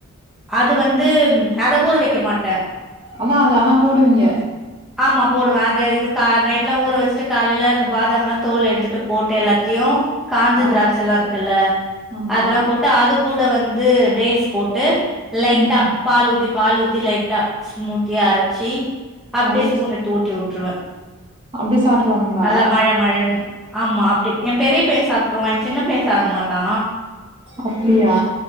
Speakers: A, in the centre; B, on the right.
A: அது வந்து அத ஊற வெக்க மாட்ட
B: ஆமா அத ஆனா போடுவீங்க
A: ஆமா போடுவ அத இது கா நைட்லா ஊற வெச்சுட்டு காலைல அந்த பாதம் எல்லா தோல் எடுத்துட்டு போட்டு எல்லாத்தையு காஞ்ச
B: அரச்சு
A: திராட்ச எல்லா இருக்குல்ல
B: ஆமா.
A: அதெல்லாம் போட்டு அது கூட வந்து டேட்ஸ் போட்டு லைட்டா
B: ம்.
A: பால் ஊத்தி பால் ஊத்தி லைட்டா ஸ்மூத்தியா அரச்சி அப்டியே
B: அரச்சு
A: ஸ்பூன் எத் து ஊட்டி வுட்டுருவே
B: அப்டியே சாப்ட்ருவானுங்களா?
A: நல்ல மழ மழன்னு ஆமா அப்டி எ பெரிய பைய சாப்புட்ருவா எ சின்ன பைய சாப்ட மாட்டா
B: அப்டியா